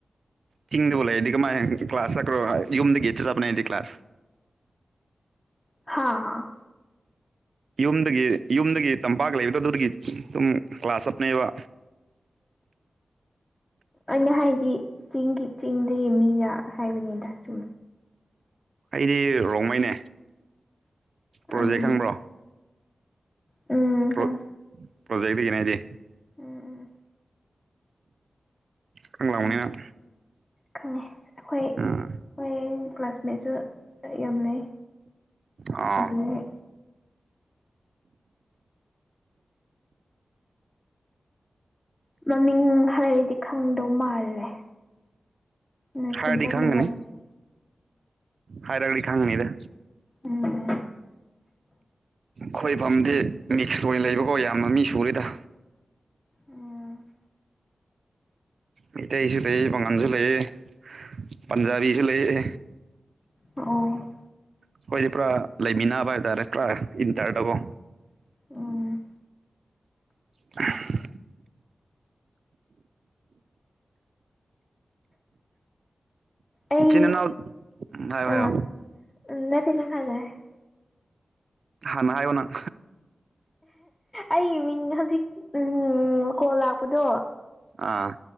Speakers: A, on the right; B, on the left.
A: ꯆꯤꯡꯗꯕꯨ ꯂꯩꯔꯗꯤ ꯀꯃꯥꯏ ꯀ꯭ꯂꯥꯁ ꯆꯠꯀꯥꯗ꯭ꯔꯣ ꯌꯨꯝꯝꯗꯒꯤ ꯆꯠꯄꯅꯦ ꯑꯩꯗꯤ ꯀ꯭ꯂꯥꯁ
B: ꯍꯥꯥ
A: ꯌꯨꯝꯗꯒꯤ ꯌꯨꯝꯗꯒꯤ ꯇꯝꯄꯥꯛ ꯂꯩꯕꯗꯣ ꯑꯗꯨꯗꯒꯤ ꯗꯨꯝ ꯀ꯭ꯂꯥꯁ ꯆꯠꯄꯅꯦꯕ
B: ꯑꯩꯅ ꯍꯥꯏꯗꯤ ꯆꯤꯡꯒꯤ ꯆꯤꯡꯗꯒꯤ ꯃꯤꯒ ꯍꯥꯏꯕꯅꯤꯗ ꯁꯨꯝ
A: ꯑꯩꯗꯤ ꯔꯣꯡꯃꯩꯅꯦ
B: ꯑꯗꯨꯗꯤ
A: ꯄ꯭ꯔꯣꯖꯦꯛ ꯈꯪꯕ꯭ꯔꯣ
B: ꯎꯝ
A: ꯄ꯭ꯔꯣ
B: ꯈꯪ
A: ꯄ꯭ꯔꯣꯖꯦꯛꯇꯒꯤꯅꯦ ꯑꯩꯗꯤ
B: ꯎꯝ
A: ꯈꯪ ꯂꯥꯎꯅꯤ
B: ꯎꯝ
A: ꯅꯪ
B: ꯈꯪꯉꯦ ꯑꯩꯈꯣꯏ
A: ꯎꯝ
B: ꯍꯣꯏ ꯀ꯭ꯂꯥꯁꯃꯦꯠꯁꯨ ꯌꯥꯝ ꯂꯩ
A: ꯑꯥ
B: ꯑꯗꯨꯗꯒꯤ ꯃꯃꯤꯡ ꯍꯥꯏꯔꯗꯤ ꯈꯪꯗꯧ ꯃꯥꯜꯂꯦ ꯅꯣꯏ ꯈꯨꯟ
A: ꯍꯥꯏꯔꯗꯤ
B: ꯆꯥꯞ
A: ꯈꯪꯒꯅꯤ
B: ꯃꯟꯅꯕꯅꯦ
A: ꯍꯥꯏꯔꯒꯗꯤ ꯈꯥꯡꯅꯤꯗꯥ
B: ꯎꯝ
A: ꯈꯣꯏꯐꯝꯝꯗꯤ ꯃꯤꯛꯁ ꯑꯣꯏꯅ ꯂꯩꯕꯀꯣ ꯌꯥꯝꯅ ꯃꯤ ꯁꯨꯔꯦꯗ
B: ꯎꯝ
A: ꯃꯤꯇꯩꯁꯨ ꯂꯩꯌꯦ ꯄꯡꯉꯥꯟꯁꯨ ꯂꯩꯌꯦ ꯄꯟꯖꯥꯕꯤꯁꯨ ꯂꯩꯌꯦ
B: ꯑꯣ
A: ꯑꯩꯈꯣꯏꯗꯤ ꯄꯨꯔꯥ ꯂꯩꯃꯤꯟꯅꯕ ꯍꯥꯏ ꯇꯔꯦ ꯄꯨꯔꯥ ꯏꯟꯇꯔꯗꯀꯣ
B: ꯎꯝ
A: <unintelligible>
B: ꯑꯩ
A: ꯏꯆꯤꯟ ꯏꯅꯥꯎ ꯍꯥꯏꯌꯣ ꯍꯥꯏꯌꯣ
B: ꯑꯥ ꯅꯠꯇꯦ ꯅꯪ <unintelligible>
A: ꯍꯥꯟꯅ ꯍꯥꯏꯌꯣ ꯅꯪ
B: ꯑꯩꯒꯤ ꯃꯤꯡ ꯍꯧꯖꯤꯛ ꯎꯝ ꯀꯣꯜ ꯂꯥꯛꯄꯗꯣ
A: ꯑꯥ